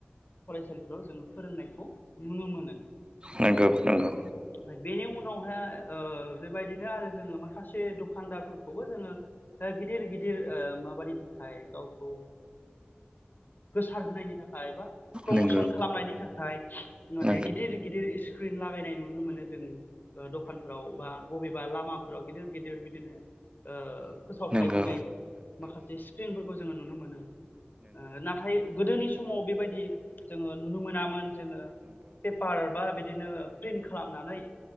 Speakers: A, on the left; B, on the right.
A: फरायसालिफ्राव जोङो फोरोंनायखौ नुनो मोनो
B: नंगौ नंगौ
A: बेनि उनावहाय ओ बेबायदिनो आरो जोङो माखासे दखानदारफोरखौबो जोङो गिदिर गिदिर ओ माबानि थाखाय गावखौ गोसार होनायनि थाखाय बा प्रमसन
B: नंगौ
A: खालामनायनि थाखाय माने
B: नंगौ
A: गिदिर गिदिर इस्क्रिन लागायनाय नुयो नुनो मोनो जों ओ दखानफोराव बा बबेबा लामाफोराव गिदिर गिदिर गिदिर बिदिनो ओ फोसावथाइ
B: नंगौ
A: होनाय माखासे स्क्रिनफोरखौ जोङो नुनो मोनो ओ नाथाय गोदोनि समाव बेबायदि जोङो नुनो मोनामोन जोङो पेपार बा बिदिनो प्रिन्ट खालामनानै